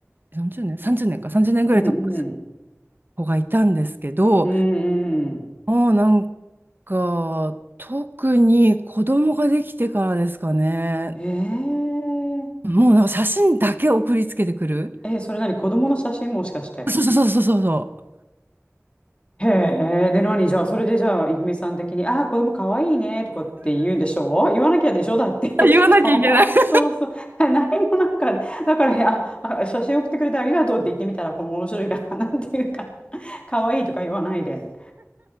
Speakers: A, on the right; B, on the left.
A: 40年 ?30 年か、30年ぐらい友達
B: うんうん。
A: の子がいたんですけど、
B: うんうん。
A: もうなんか、特に子供ができてからですかね。
B: えー、
A: もうなんか写真だけ送りつけてくる。
B: え、それ何子供の写真もしかして。
A: そうそうそうそうそうそう。
B: へえ、で何じゃあ、それでじゃあ、いフみさん的に、ああ、子供かわいいねとかって言うんでしょう言わなきゃでしょだって、
A: あ言わなきゃいけない。
B: <laughs> きっと。<laughs>
A: そ
B: そうそう。<laughs> 何もなんか、だから、あ、あ写真送ってくれてありがとうって言ってみたら、この面白いから、<laughs> なんていうか、<laughs> かわいいとか言わないで。